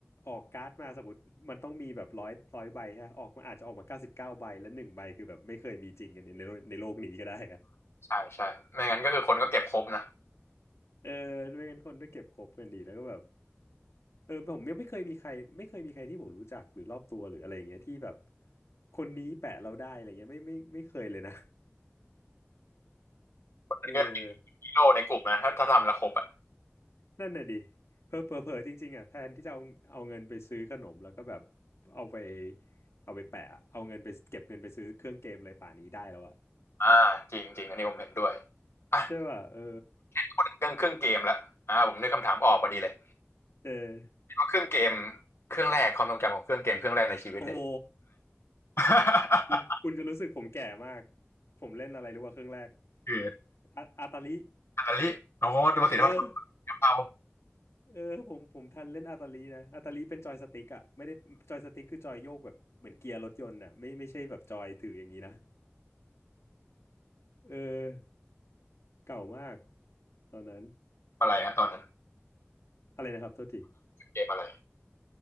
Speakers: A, on the left; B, on the left.
A: ออกการ์ดมาสมมติมันต้องมีแบบร้อยร้อยใบฮะออกมาอาจจะออกมาเก้าสิบเก้าใบแล้วหนึ่งใบคือแบบไม่เคยมีจริงกันในในโลกในโลกนี้ก็ได้อะ
B: ใช่ใช่ไม่งั้นก็คือคนก็เก็บครบนะ
A: เออไม่งั้นคนก็เก็บครบกันดีแล้วก็แบบเออผมยังไม่เคยมีใครไม่เคยมีใครที่ผมรู้จักหรือรอบตัวหรืออะไรอย่างเงี้ยที่แบบคนนี้แปะเราได้อะไรเงี้ยไม่ไม่ไม่เคยเลยนะ
B: มันก็ยัมเป็นฮีโร่ในกลุ่มนะถ้าถ้าทำและครบอ่ะ
A: เออนั่นน่ะดิเผลอเผลอเผลอจริงๆอ่ะแทนที่จะเอาเอาเงินไปซื้อขนมแล้วก็แบบเอาไปเอาไปแปะเอาเงินไปเก็บเงินไปซื้อเครื่องเกมอะไรป่านนี้ได้แล้วอะ
B: อ่าจริงจริงอันนี้ผมเห็นด้วยอ่ะ
A: ใช่ป่ะเออ
B: พูดถึงเรื่องเครื่องเกมแล้วอ่าผมนึกคำถามออกพอดีเลย
A: เออ
B: ว่าเครื่องเกมเครื่องแรกความทรงจำของเครื่องเกมเครื่องแรกในชีวิตเนี่ย
A: โอ้โห
B: <laughs>
A: คุณคุณจะรู้สึกผมแก่มากผมเล่นอะไรรู้ว่าเครื่องแรก
B: คือ
A: อาอาตาลิ
B: อิตาลีโอ้โหดูสิเราทำกะเพรา
A: เออเออผมผมทันเล่นอาตาลีนะอาตาลีเป็นจอยสติ๊กอ่ะไม่ได้จอยสติ๊กคือจอยโยกแบบเหมือนเกียร์รถยนต์อ่ะไม่ไม่ใช่แบบจอยถืออย่างนี้นะเออเก่ามากตอนนั้น
B: อะไรฮะตอนนั้น
A: อะไรนะครับโทษที
B: เกมอะไร